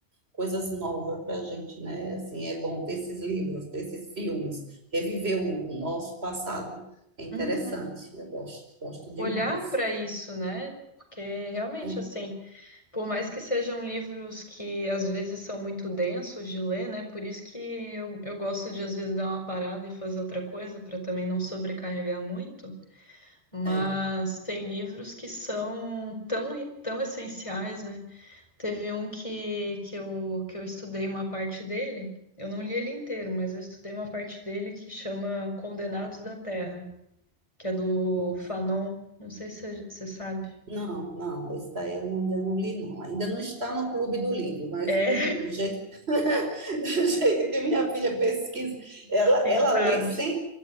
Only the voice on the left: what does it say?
Uhum.
Olhar para isso, né? Porque realmente,
assim. Por mais que sejam livros que às vezes são muito densos de ler, né? Por isso que eu, eu gosto de às vezes dar uma parada e fazer outra coisa para também não sobrecarregar muito. Mas
tem livros que são tão, tão essenciais, né? Teve um que, que eu, que eu estudei uma parte dele. Eu não li ele inteiro, mas eu estudei uma parte dele que chama Condenados da Terra, que é do
Fanon. Não sei se você sabe.
É,
<laughs> quem
sabe.